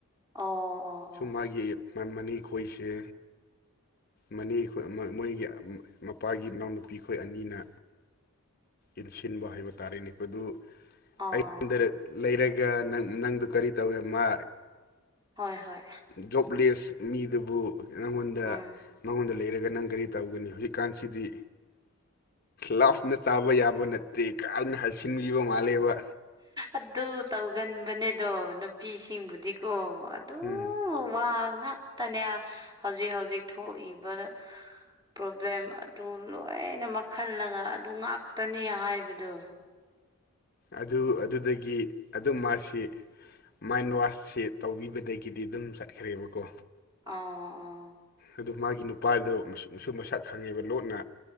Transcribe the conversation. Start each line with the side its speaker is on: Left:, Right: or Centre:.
Right: ꯑꯣ ꯑꯣ ꯑꯣ
Left: ꯁꯨꯝ ꯃꯥꯒꯤ ꯃꯟ ꯃꯅꯤꯈꯣꯏꯁꯦ ꯃꯅꯤ ꯑꯩꯈꯣꯏ ꯃꯣꯏꯒꯤ ꯃꯄꯥꯒꯤ ꯏꯅꯥꯎꯅꯨꯄꯤ ꯑꯩꯈꯣꯏ ꯑꯅꯤꯅ ꯏꯟꯁꯤꯟꯕ ꯍꯥꯏꯕ ꯇꯥꯔꯦꯅꯦꯈꯣꯏꯗꯨ
Right: ꯑꯣ
Left: ꯑꯩꯉꯣꯟꯗ ꯂꯩꯔꯒ <unintelligible> ꯅꯪꯗꯨ ꯀꯔꯤ ꯇꯧꯒꯦ ꯃꯥ
Right: ꯍꯣꯏ ꯍꯣꯏ
Left: ꯖꯣꯕꯂꯦꯁ ꯃꯤꯗꯨꯕꯨ ꯅꯪꯉꯣꯟꯗ
Right: ꯎꯝ
Left: ꯃꯉꯣꯟꯗ ꯂꯩꯔꯒ ꯅꯪ ꯀꯔꯤ ꯇꯧꯒꯅꯤ ꯍꯧꯖꯤꯛꯀꯥꯟꯁꯤꯗꯤ ꯂꯞꯅ ꯆꯥꯕ ꯌꯥꯕ ꯅꯠꯇꯦ ꯀꯅ ꯍꯥꯏꯁꯤꯟꯈꯤꯕ ꯃꯥꯜꯂꯦꯕ
Right: ꯑꯗꯨ ꯇꯧꯒꯟꯕꯅꯦꯗꯣ ꯅꯨꯄꯤꯁꯤꯡꯕꯨꯗꯤꯀꯣ ꯑꯗꯨ
Left: ꯎꯝ
Right: ꯋꯥ ꯉꯇꯅꯦ ꯍꯧꯖꯤꯛ ꯍꯧꯖꯤꯛ ꯊꯣꯛꯏꯕ ꯄ꯭ꯔꯣꯕ꯭ꯂꯦꯝ ꯑꯗꯨ ꯂꯣꯏꯅ ꯃꯈꯜꯂꯒ ꯑꯗꯨ ꯉꯥꯛꯇꯅꯤ ꯍꯥꯏꯕꯗꯣ
Left: ꯑꯗꯨ ꯑꯗꯨꯗꯒꯤ ꯑꯗꯨꯝ ꯃꯥꯁꯤ ꯃꯥꯏꯟꯋꯥꯁꯁꯤ ꯇꯧꯕꯤꯕꯗꯒꯤꯗꯤ ꯑꯗꯨꯝ ꯆꯠꯈ꯭ꯔꯦꯕꯀꯣ
Right: ꯑ ꯑ
Left: ꯑꯗꯨ ꯃꯥꯒꯤ ꯅꯨꯄꯥꯗ ꯃꯁꯨ ꯃꯁꯛ ꯈꯪꯉꯦꯕ ꯂꯣꯠꯅ